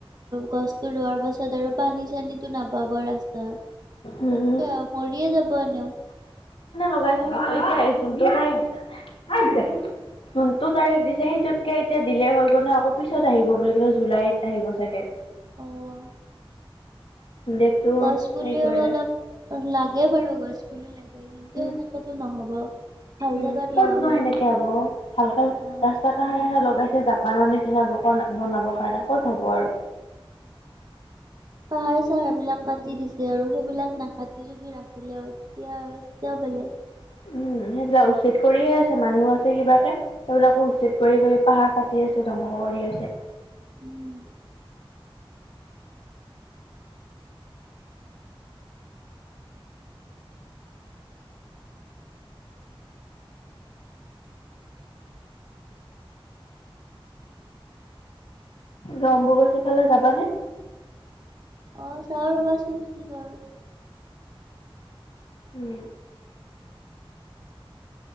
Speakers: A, on the right; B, on the left.
A: গছতো ৰোৱাৰ পাছত আৰু পানী চানী নাপাব ৰাস্তাত। তেনেকে
B: উম উম
A: মৰিয়ে যাব এনেও।
B: লগাইছ ন তই এতিয়া জটোই <unintelligible> যোনটো তাৰিখ দিছে সেইটোতকে এতিয়া দিলে হৈ গ'ল ন আকৌ পিছত আহিব বুলি ক'লে জুলাইত আহিব চাগে।
A: অ'।
B: ডেটটো
A: গছ পুলি
B: হেৰি কৰিলে
A: আৰু অলপ লাগে বাৰু গছ পুলি লাগে। কিন্তু
B: উম
A: সেনেকো নহব। ভাল
B: উম
A: জেগাত
B: ক'ত
A: লগাব
B: নো সেনেকে
A: লাগিব
B: হব ভালকাল
A: অ
B: ৰাস্তা কাষে কাষে লগাই জাপানৰ নিচিনাবোৰ বনাবৰ কাৰণে ক'ত হ'ব আৰু।
A: প চাৰ হেইবিলক কাটি দিছে আৰু সেইবিলাক নাকাটি যদি ৰাখিলে এতিয়াতি বেলেগ
B: উম সেইবিলাক উচিত কৰিয়ে আছে মানুহ আছে কিবাকে সেইবিলাকো উচিত কৰি কৰি পাহাৰ পাতি আছে ধ কৰি আছে।
A: উম।
B: ৰম্বুগাছিফালে যাবানে
A: অ চাও ৰবাচোন কি কৰো
B: উম